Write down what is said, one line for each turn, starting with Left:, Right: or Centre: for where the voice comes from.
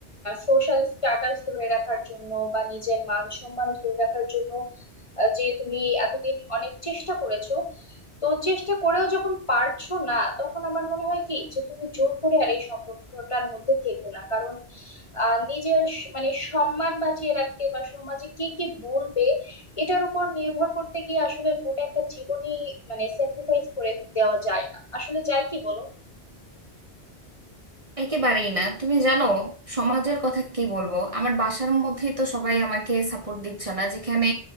Left: সোশ্যাল স্ট্যাটাস ধরে রাখার জন্য বা নিজের মান সম্মান ধরে রাখার জন্য আহ, যে তুমি এতদিন অনেক চেষ্টা করেছো তো চেষ্টা করেও যখন পারছো না তখন আমার মনে হয় কি যে তুমি জোর করে আর এই সম্পর্কটার মধ্যে থেকো না কারণ আহ, নিজের স- মানে সম্মান বাঁচিয়ে রাখতে বা সমাজে কে কি বলবে এটার উপর নির্ভর করতে গিয়ে আসলে গোটা একটা জীবনই মানে স্যাক্রিফাইস করে দেওয়া যায় না আসলে যায় কি বলো
Right: একেবারেই না তুমি জানো সমাজের কথা কি বলবো আমার বাসার মধ্যেই তো সবাই আমাকে সাপোর্ট দিচ্ছে না যেখানে